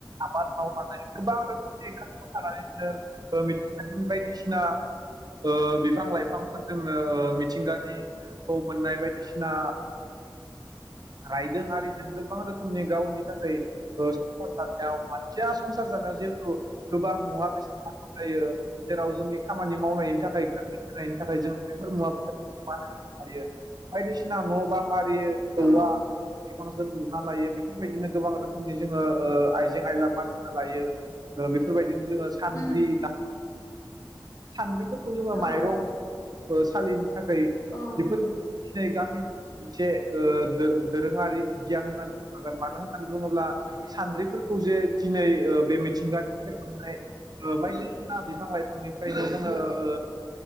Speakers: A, on the right; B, on the left.
A: आबाद मावनानै गोबां रोखोमनि ओंखामखौ थानानैनो मिथिंगानि बायदिसिना ओ बिफां लाइफांफोरजोंनो मिथिंगानिखौ मोननाय बायदिसिना रायदों आरिजों गोबां रोखोमनि गावनि थाखाय ओ जानायाव मानसिया संसार जानायाव जिहेथु गोबां मुवा बेसाद नांगौ जायो जेराव जोंनि खामानि मावनायनि थाखाय गोखै होनायनि थाखाय जों बेफोर मुवा बेसादफोरखौ बानायो हायो बायदिसिना न' बां आरि यो औवा
B: औ
A: जों लुना लायो बेफोरबायदिनो गोबां रोखोमनि जोङो ओ आइजें आइला बना लायो बेफोरबायदि जोङो सानद्रि
B: उम
A: दा सान्द्रिफोरखौ जोङो
B: औ
A: माइरं सालिनि थाखाय
B: औ उम
A: बेफोरबो दिै गामिनि मोनसे दो-दोरोङारि गियान होननानै बुं हागोन मानो होन होननानै बुङोब्ला सानद्रिफोरखौ जे दिनै ओ बे मिथिंगानिफ्राय मोननाय ओ बायदिसिना बिफां लाइफांनिफ्रायनो जोङो ओ